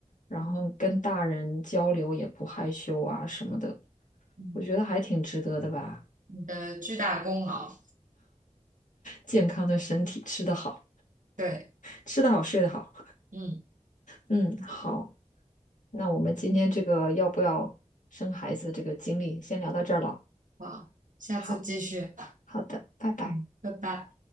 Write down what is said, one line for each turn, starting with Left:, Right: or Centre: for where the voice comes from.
Left: 然后跟大人交流也不害羞啊什么的，
Right: 嗯嗯，
Left: 我觉得还挺值得的吧。
Right: 你的巨大功劳，
Left: 健康的身体，吃得好，
Right: 对，
Left: 吃得好，睡得好。
Right: 嗯，
Left: 嗯，好，那我们今天这个要不要生孩子这个经历，先聊到这儿了。
Right: 好，下次继续，
Left: 好，好的，拜拜。
Right: 嗯，拜拜。